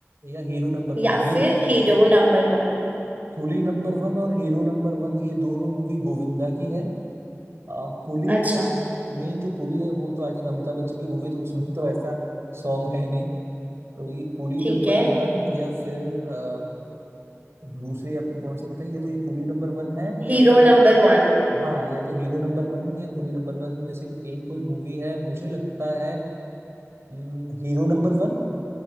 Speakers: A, on the right; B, on the right.
A: या हीरो नंबर
B: या
A: वन ही
B: फिर हीरो नंबर वन
A: कुली नंबर वन और हीरो नंबर वन ये दोनों मूवी गोविंदा की है आ, कुली
B: अच्छा
A: तो मेन जो कुली है वो तो आई थिंक अमिताभ बच्चन की मूवी तो उसमें तो ऐसा सॉन्ग है नहीं तो ये कुली
B: ठीक
A: नंबर
B: है
A: वन या फिर आ, दूसरी आपने कौन सी बताई या तो ये कुली नंबर वन है या
B: Hero
A: फिर
B: number one
A: हाँ या तो हीरो नंबर वन या कुली नंबर वन में से एक कोई मूवी है मुझे लगता है Hero number one